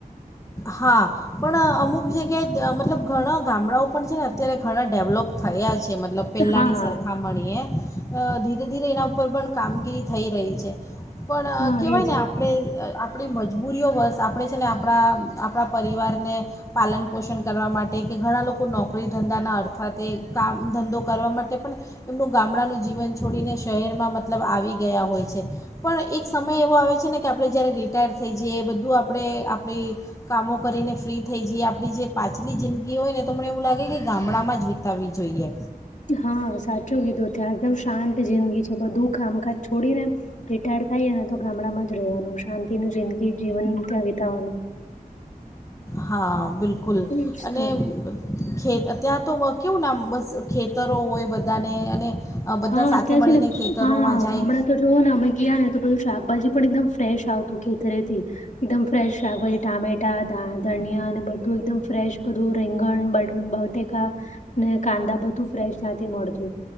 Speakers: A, on the left; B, on the left.
A: હા. પણ અમુક જગ્યાએ મતલબ ઘણા ગામડાઓ પણ છે ને અત્યારે ઘણા ડેવલોપ થયા છે મતલબ પહેલાંની
B: હા
A: સરખામણીએ ધીરે ધીરે એના ઉપર પણ કામગીરી થઈ રહી છે. પણ
B: હા
A: કહેવાય
B: એજ.
A: ને આપણે આપણી મજબૂરીઓ બસ આપણે છે ને આપણા આપણા પરિવારને પાલન પોષણ કરવા માટે કે ઘણા લોકો નોકરી ધંધાના અર્થાથે કામ ધંધો કરવા માટે પણ એમનું ગામડાનું જીવન છોડીને શહેરમાં મતલબ આવી ગયા હોય છે. પણ એક સમય એવો આવે છે ને કે, આપણે રિટાયર થઈ જઈએ, એ આપણે આપણી કામો કરીને ફ્રી થઈ જઈએ, આપણી જે પાછલી જિંદગી હોય ને, તો મને એવું લાગે કે ગામડામાં જ વિતાવવી જોઈએ.
B: હા, સાચું કીધું, ત્યાં એકદમ શાંત જિંદગી છે, બધું કામકાજ છોડીને. રિટાયર્ડ થાય ને, તો ગામડામાં જ રહેવાનું શાંતિ ન જિંદગી જીવન ત્યાં વિતાવાનું.
A: હા, બિલકુલ
B: એજ
A: અને
B: તો
A: ખેત તો કેવું નામ બસ ખેતરો બધાને અને બધા
B: હા
A: સાથે
B: અત્યારે
A: મળીને,
B: છે ને
A: ખેતરોમાં
B: હા
A: જાય.
B: હમણાં તો જોઓ ને, અમે ગયા ને, તોધું શાકભાજી પણ એકદમ ફ્રેશ આવતું ખેતરે થી. એકદમ ફ્રેશ શાકભાજી ટામેટા, ધનિયા અને બધું એકદમ બધું રીંગણ-બટાકાને, કાંદા બધું ફ્રેશ ત્યાંથી મળતું.